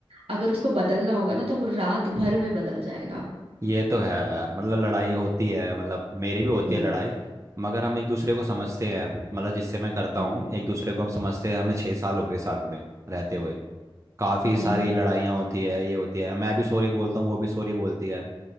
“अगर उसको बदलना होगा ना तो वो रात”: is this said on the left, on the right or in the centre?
Right